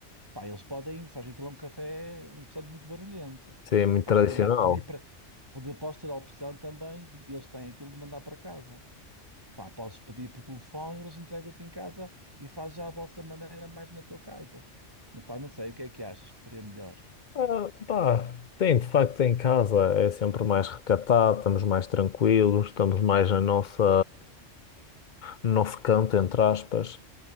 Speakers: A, on the right; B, on the left.
A: pá, eles podem, sabes que aquilo é um café, um restaurante muito barulhento.
B: Sim, é muito
A: Pá,
B: tradicional.
A: se calhar pedir para, poder, podes ter a opção também, de- eles têm aquilo de mandar para casa. Pá, podes pedir por telefone, eles entregam-te em casa e fazes já a vossa maneira mais na tua casa. Não, pá, não sei, o que é que achas que seria melhor?
B: Ah, pá, tem, de facto, em casa é sempre mais recatado, estamos mais tranquilos, estamos mais na nossa, no nosso canto, entre aspas.